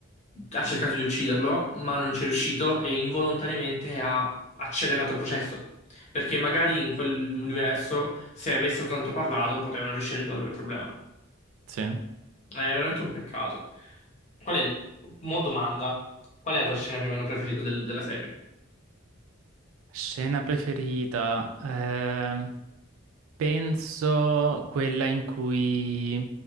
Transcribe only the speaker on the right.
Sì.
Scena preferita. ehm, Penso quella in cui